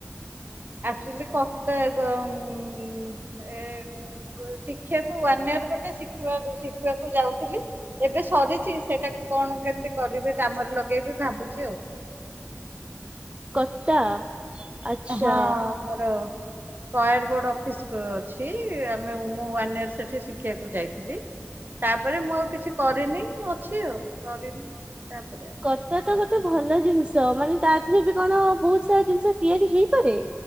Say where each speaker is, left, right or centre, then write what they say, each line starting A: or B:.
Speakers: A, on the right (about 45°); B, on the right (about 25°).
A: ଆକ୍ଟୁଆଲି କ ତ ଏ। <unintelligible> ଶିଖିବାକୁ ୱାନ ଇୟର ଗୋଟେ ଶିଖିବା ଶିଖିବାକୁ ଯାଉଥିଲି। ଏବେ ସରିଛି ସେଇଟାକୁ କଣ କେମିତି କରିବି କାମରେ ଲଗେଇବି ଭାବୁଛି ଆଉ।
B: କତା। ଆଚ୍ଛା
A: ହଁ ମୋର କଏର ବୋର୍ଡ ଅଫିସ ଅଛି ଆମେ ମୁଁ ୱାନ ଇଅର ସେଠି ଶିଖିବାକୁ ଯାଇଥିଲି। ତାପରେ ମୁଁ ଆଉ କିଛି କରିନି ଅଛି ଆଉ କରିନି ତାପରେ।
B: କତା ତ ଗୋଟେ ଭଲ ଜିନିଷ ମାନେ ତା ଦେହରେ ବି କଣ ବହୁତ ସାରା ଜିନିଷ ତିଆରି ହେଇପାରେ।